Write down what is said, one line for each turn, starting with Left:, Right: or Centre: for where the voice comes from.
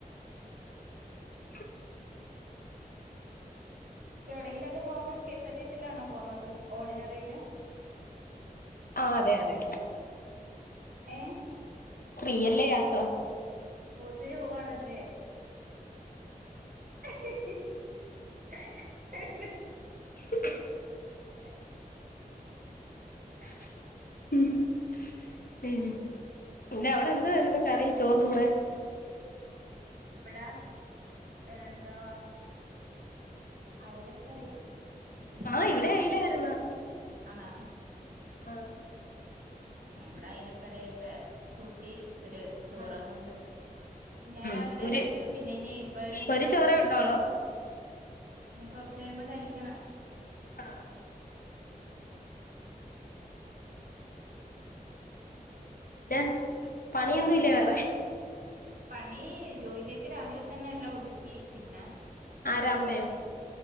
Left: <inaudible>
Right: ഇപ്പൊ എവിടെങ്കിലൊക്കെ പോകുമ്പം കെ എസ്ആർടിസിയിലാണോ പോകുന്നത് ഓർഡിനറിയില്
Left: ആ അതെ അതെ
Right: ഏ
Left: ഫ്രീയല്ലേ യാത്ര
Right: ഇതിനു പോവാണല്ലേ <unintelligible>
Left: <inaudible>
Right: <inaudible>
Left: <unintelligible> പിന്നെ അവടെ എന്തുവാരുന്നു കറി ചോറിൻ്റെ കൂടെ
Right: ഇവടെ എന്താ അയലക്കറി പിന്നെ
Left: ആ
Right: ചക്കയൊക്കെ
Left: ഇവിടെ അയിലായിരുന്നു
Right: ആണോ
Left: ആ
Right: ഇവടെ അയലക്കറിയൊക്കെ കൂട്ടി ഒരു ചോറ
Left: ആ
Right: ങ്ങുണ്ട് ഞാൻ
Left: ഉം
Right: രാവിലെ
Left: ഒരു
Right: കഴിച്ചു പിന്നെ ഇനി ഇപ്പഴനി
Left: ഒരു
Right: കഴിക്കണം
Left: ചോറേ
Right: കൊറച്ച്
Left: ഉണ്ടോളോ
Right: കഴിയുമ്പോ ഇനി കൊറച്ച് കൈയുമ്പോ കഴിക്കണം
Left: ആ പിന്നെ പണിയൊന്നും ഇല്ലേ വേറെ
Right: പണി ജോലിയൊക്കെ രാവിലെതന്നെ എല്ലാ ഒതുക്കി പിന്നെ
Left: ആരാ
Right: ഇപ്പൊന്നുല്ലാ
Left: അമ്മയോ